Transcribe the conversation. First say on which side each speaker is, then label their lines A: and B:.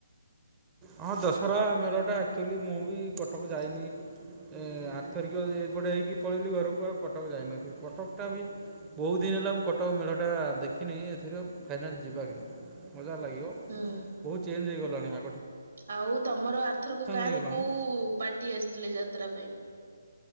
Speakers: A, on the right; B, on the right.
A: ହଁ ଦଶହରା ମେଢ଼ଟା ଆକ୍ଚୁଆଲି ମୁଁ ବି କଟକ ଯାଇନି ଏଁ ଆ ଧରିକ ଏପଟେ ହେଇକି ପଳେଇଲି ଘରକୁ ଆଉ କଟକ ଯାଇନଥିଲି କଟକ ଟା ବି ବହୁତ ଦିନ ହେଲା ମୁଁ କଟକ ମେ ଢ ଟା ଦେଖିନି ଏଥିରୁ ଫାଇନାଲ୍ ଯିବା କିନ୍ତୁ। ମଜା ଲାଗିବ
B: ହୁଁ
A: ବହୁତ ଚେଞ୍ଜ ହେଇଗଲାଣି ମା
B: ଆଉ ତମର ଆରଥରକ ଗାଁ
A: ହେଇଗଲାଣି
B: ରେ କୋଉ ପାର୍ଟି ଆସିଥିଲେ ଯାତ୍ରା ପାଇଁ?